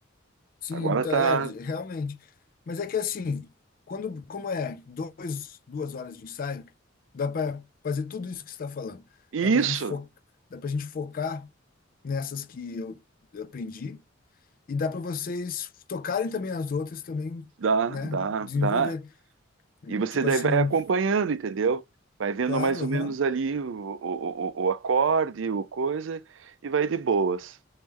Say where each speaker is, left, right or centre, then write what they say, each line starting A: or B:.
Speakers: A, on the left; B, on the right.
A: sim,
B: Agora
A: tá,
B: tá
A: é, realmente. Mas é que assim, quando, como é dois, duas horas de ensaio, dá para fazer tudo isso que você está falando.
B: isso,
A: Dá para gente fo, dá para gente focar nessas que eu eu aprendi E dá para vocês tocarem também as outras também,
B: dá,
A: né?
B: dá,
A: Desenvolver.
B: dá. E você
A: Tipo
B: daí
A: assim,
B: vai acompanhando, entendeu? Vai vendo
A: claro,
B: mais ou
A: aham.
B: menos ali o, o, o, o acorde, o coisa, e vai de boas.